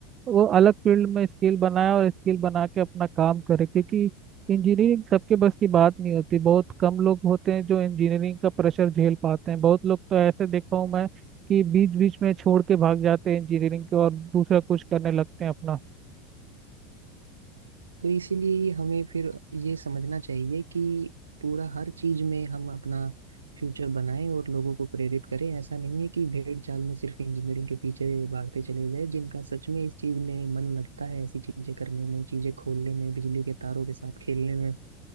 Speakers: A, on the right (about 35°); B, on the right (about 90°).
A: वो अलग फील्ड में स्किल बनाए और स्किल बना के अपना काम करे क्योंकि इंजीनियरिंग सबके बस की बात नहीं होती बहुत कम लोग होते हैं जो इंजीनियरिंग का प्रेशर झेल पाते हैं बहुत लोग तो ऐसे देखा हूँ मैं कि बीच बीच में छोड़ के भाग जाते हैं इंजीनियरिंग के और दूसरा कुछ करने लगते हैं अपना
B: तो इसीलिए हमें फिर ये समझना चाहिए कि पूरा हर चीज में हम अपना फ्यूचर बनाएं और लोगों को प्रेरित करें ऐसा नहीं है कि भेड़ चाल में सिर्फ इंजीनियरिंग के पीछे भागते चले जाए जिनका सच में इस चीज में मन लगता है ऐसी चीजें करने में चीजें खोलने में बिजली के तारों के साथ खेलने में